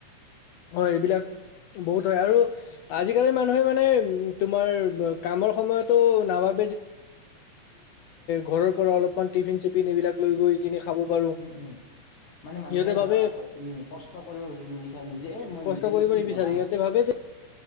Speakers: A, on the left (about 85°); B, on the left (about 65°).
A: অ' এইবিলাক বহুত হয়। আৰু আজিকালি মানুহে মানে তোমাৰ কামৰ সময়তো নাভাব। ঘৰৰ পৰা অলপমান টিফিন চিফিন এইবিলাক লৈ গৈ কিনে খাব পাৰো
B: উম, উম মানে মানুহে
A: সিহঁতে ভাবে
B: ধৰা উম কষ্ট কৰিব নিবিচাৰে নিজে মই
A: কষ্ট
B: নিজেনো
A: কৰিব
B: কি
A: নিবিচাৰে
B: বনাম।
A: সিহঁতে ভাবে যে